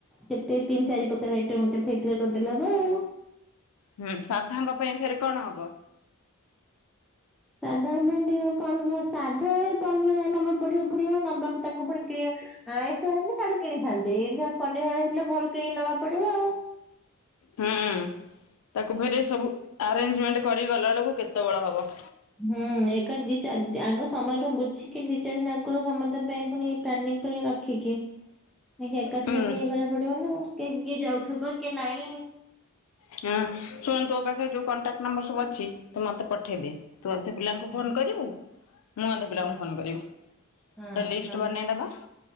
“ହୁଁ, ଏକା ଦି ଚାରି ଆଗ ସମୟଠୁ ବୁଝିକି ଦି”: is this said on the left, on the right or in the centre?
Centre